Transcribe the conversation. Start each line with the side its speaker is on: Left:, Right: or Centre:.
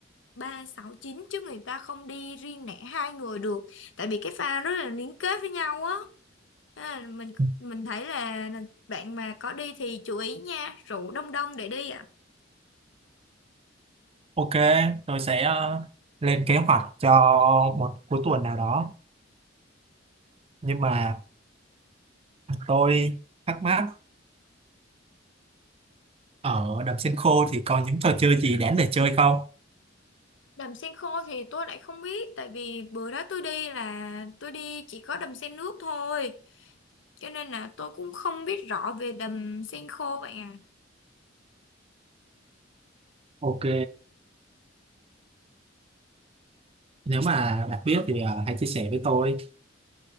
Left: 3 6 chín chứ người ta không đi riêng lẻ hai người được. Tại vì cái pha rất là liên kết với nhau á. Thế là mình
Right: <laughs>
Left: mình thấy là là bạn mà có đi thì chú ý nha, rượu đông đông để đi ạ.
Right: Ok, tôi sẽ ờ, Lên kế hoạch cho một cuối tuần nào đó. Nhưng mà tôi thắc mắc ở đầm sen khô thì còn những trò chơi gì đáng để chơi không
Left: Đầm sen khô thì tôi lại không biết tại vì bữa đó tôi đi là tôi đi chỉ có đầm sen nước thôi. Cho nên là tôi cũng không biết rõ về đầm sen khô bạn à.
Right: Ok, nếu mà bạn biết thì ờ, hãy chia sẻ với tôi.